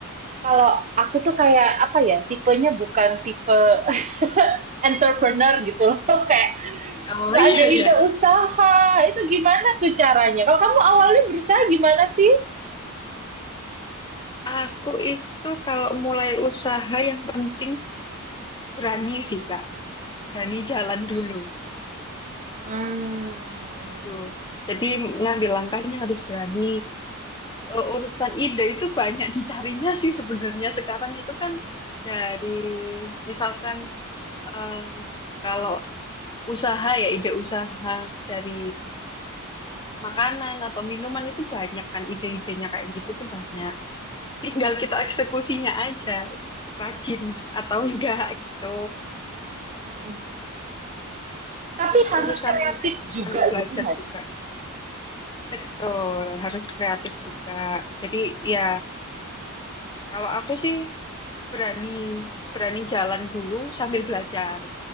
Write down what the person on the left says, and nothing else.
Oh
<laughs> iya
iya.
Aku itu kalau mulai usaha yang penting berani sih, Kak. Berani jalan dulu.
Tuh. Jadi ngambil langkahnya harus berani. Eh, Urusan ide itu banyak dicarinya sih sebenarnya sekarang itu kan dari misalkan eh, kalau usaha ya ide usaha dari makanan atau minuman itu banyak kan ide-idenya kayak gitu itu banyak. Tinggal kita eksekusinya aja rajin atau enggak gitu.
Terus
urusan
ambil belajar
juga.
Betul, harus kreatif juga. Jadi ya Kalau aku sih berani berani jalan dulu sambil belajar.